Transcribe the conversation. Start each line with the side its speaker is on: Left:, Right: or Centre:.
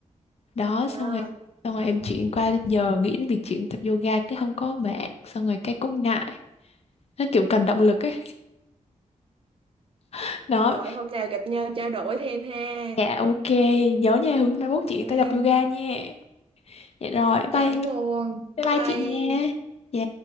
Left: Đó
Right: à.
Left: xong rồi xong rồi em chuyển qua giờ nghĩ đến việc chuyển tập yoga cái không có bạn, xong rồi cái cũng ngại. Nó kiểu cần động lực ấy. <laughs> Đó.
Right: rồi hôm nào gặp nhau trao đổi thêm ha
Left: Dạ ok, nhớ nha hướng mai mốt
Right: ok
Left: chị ta tập
Right: em
Left: yoga nha. Dạ rồi,
Right: chắc chắn
Left: bye
Right: luôn
Left: bye
Right: bye
Left: bye
Right: bye
Left: chị nha.
Right: em
Left: Dạ.